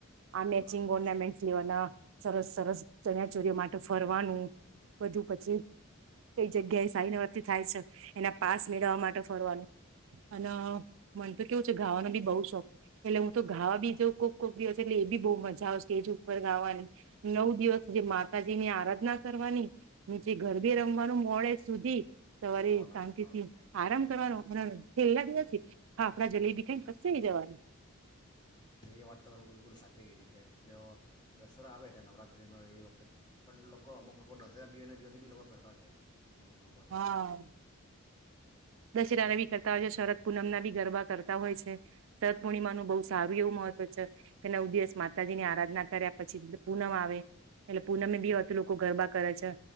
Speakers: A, on the right; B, on the left.
A: આ મેચિંગ
B: બરાબર છે
A: ઓર્નામેન્ટ લેવાના સરસ સરસ ચરિયાચોરીઓ માટે ફરવાનું બધું પછી કઈ જગ્યાએ સાઈનવથી થાય છે એના પાસ મેળવવા માટે ફરવાનું અને મન તો કેવું છે ગાવાનો બી બઉ શોખ એટલે હું તો ગાવા બી જો કોક કોકી એ બ બહ મજા આવે સ્ટેજ ઉપર ગાવાની નવ દિવસ જે માતાજી ની આરાધના કરવાની નીચે ઘર બી રમવાનું મોડે સુધી સવારે
B: સો ટકા
A: શાંતિ થી
B: સો ટકા
A: આરામ કરવાનું અને છેલ્લા દિવસે હા આપડા જલેબી કઈ કસે નઈ જવાનું
B: એ વાત તો બિલકુલ સાચી છ છે કે જે દસરો આવે ત નવરાત્રિનો એ વખતે પણ લોકો અમુક લોકો દસરા બેડીને દિવસેથી બી લોકો ગરબા કહેાય છે અમુક લોકો તો
A: હા દશેરાી કરતા હોય છે શરદ પૂનમ ના ભી ગરબા કરતા હોય છે શરદ પૂર્ણિમાનુંું બહ સારું એવું મહત્વ છે કે નવ દિવસ માતાજીની આરાધના કર્યા પછી પૂનમ આવે એટલે પૂનમે બી વધુ લોકો ગરબા કરે છે